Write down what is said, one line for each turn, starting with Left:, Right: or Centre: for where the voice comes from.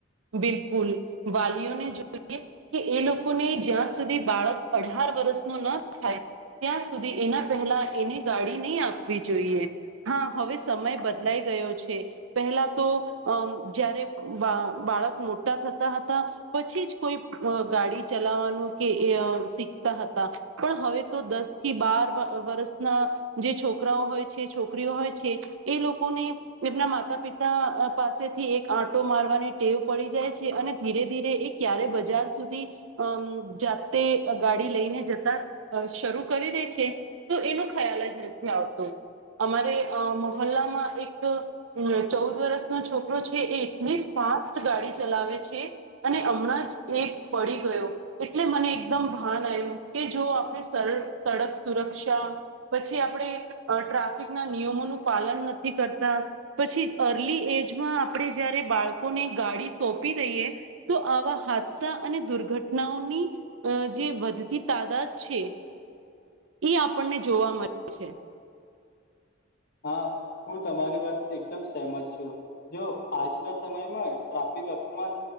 Right: બિલકુલ વાલીઓને જોઈએ કે એ લોકોને જ્યાં સુધી બાળક અઢાર વર્ષનું ના થાય ત્યાં સુધી એના પહેલા એને ગાડી નહીં આપવી જોઈએ હા હવે સમય બદલાઈ ગયો છે પહેલા તો અ જયારે બા બાળક મોટા થતા હતા પછી જ કોઈ ગાડી ચલાવાનું કે અ હતા પણ હવે તો દસ થી બાર વર વર્ષના જે છોકરાઓ હોય છે છોકરા છોકરીઓ હોય એ લોકોને એમના માતા પિતા પાસેથી એક આટો મારવાની ટેવ પડી જાય છે અને ધીરે ધીરે એ ક્યારે બજાર સુધી અમ જાતે ગાડી ડી લઈને જતા શરૂ કરી દે છે તો એનો ખયાલ જ નથી આવતો અમારે અ મહોલ્લામાં એક ચૌદ વર્ષનો છોકરો છે એ એટલી જ ફાસ્ટ ગાડી ચલાવે છે અને હમણાં જ એ પડી ગયો એટલે મને એકદમ ભાન આયુ કે જો આપણે સડક સુરક્ષા પછી આપણેે અ ટ્રાફિક ના નિયમોનું પાલન નથી કરતા પછી અર્લી એજ માં આપણે જ જ્યારે બાળક કોને ગાડી સોંપી દઈએ તો આવા હાદસા અને દુર્ઘટનાઓની અ જે વધતી તાદાદ છે એ આપણને જોવા મળે છે
Left: હા હું તમારી વાત એકદમ સહેમત છું જો આજના સમયમાં ટ્રાફિક ફિક અકસ્માત